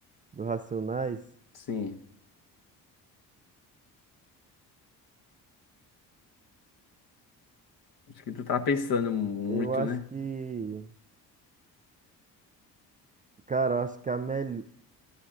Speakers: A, on the right; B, on the left.
A: do Racionais,
B: Sim, acho que tu tá pensando muito,
A: eu acho
B: né?
A: que, cara, eu acho que a melhor,